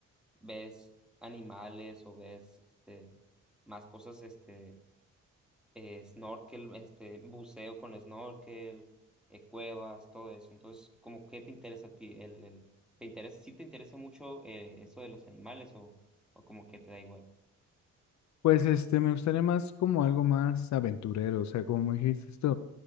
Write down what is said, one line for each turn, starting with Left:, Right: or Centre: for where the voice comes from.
Centre: ves animales o ves, este, más cosas, este, eh, snorkel, este, buceo con snorkel, eh, cuevas, todo eso. Entonces, ¿cómo qué te interesa a ti? El, el, ¿te interesa, sí te interesa mucho eh, eso de los animales o, o como que te da igual?
Left: Pues este, me gustaría más como algo más aventurero, o sea, como me dijiste esto